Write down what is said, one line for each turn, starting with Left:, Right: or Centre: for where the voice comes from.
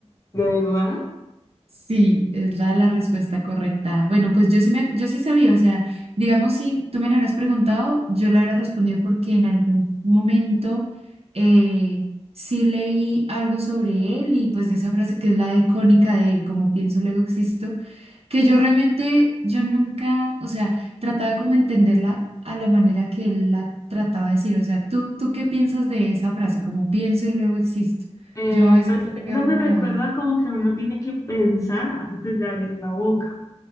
Left: de verdad.
Right: Sí, es la, la respuesta correcta. Bueno, pues yo sí me, yo sí sabía, o sea, digamos, si tú me lo hubieras preguntado, yo lo hubiera respondido porque en algún momento eh, sí leí algo sobre él y pues de esa frase que es la icónica de él, como pienso, luego existo, que yo realmente, yo nunca, o sea, trataba como entenderla a la manera que él la trataba de decir, o sea, ¿tú, tú qué piensas de esa frase, como pienso y luego existo?
Left: Eh,
Right: Yo a veces
Left: pues
Right: le veo
Left: eso
Right: como
Left: me recuerda
Right: la...
Left: como que uno tiene que pensar antes de abrir la boca,